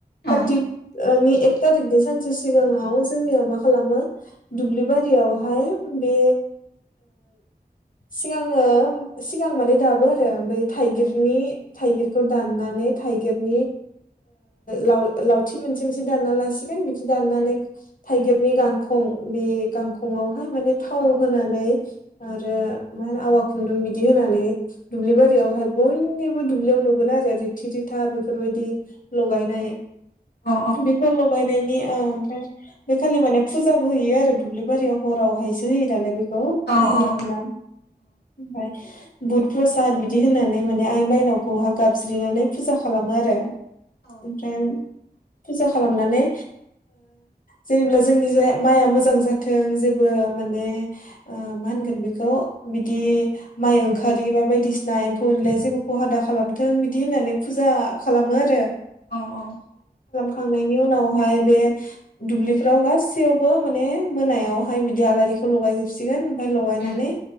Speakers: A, on the left; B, on the left.
A: कारतिकनि
B: औ
A: एक थारिकनि सानसे सिगाङाव जोंनिया मा खालामो दुब्लि बारियावहाय बे सिगाङो सिगां माने दाबो आरो ओमफ्राय थाइगिरनि
B: उम
A: थाइगिरखौ दाननानै थाइगिरनि
B: उम
A: ल लावथि मोनसे मोनसे दानना लासिगोन बिदि दाननानै
B: उम
A: थाइगिरनि गांखं बे गांखंआव माने थाव
B: औ
A: होनानै आरो मा होनो आवा खुन्दुं बिदि होनानै दुब्लि बारियावहाय बयनिबो दुब्लियाव नुगोन आरो रिथि रिथा बेफोरबायदि लगायनाय
B: औ औ
A: बेखौ लगायनायनि ओमफ्राय बे खालि माने फुजाबो होयो आरो दुब्लि बारियाव हरावहायसो होयो नालाय बे मोना
B: औ औ
A: मोना ओमफ्राय बुध प्रसाद बिदि होननानै माने आइ माइनावखौहा गाबज्रिनानै फुजा खालामो आरो
B: औ
A: ओमफ्राय फुजा खालामनानै जेनेबा जोंनि माइआ मोजां जाथों जे माने मा होनगोन बेखौ बिदि माय ओंखार खारि बा बायदिसिना एम्फौ एनलाया जेबोखौ खहा दा खालामथों बिदि होननानै फुजा खालामो आरो
B: औ औ
A: खांनायनि उनावहाय बे दुब्लिफ्राव गासैयावबो माने मोनायावहाय बिदि आलारि खौ लगाय जोबसिगोन ओमफ्राय लगायनानै
B: उम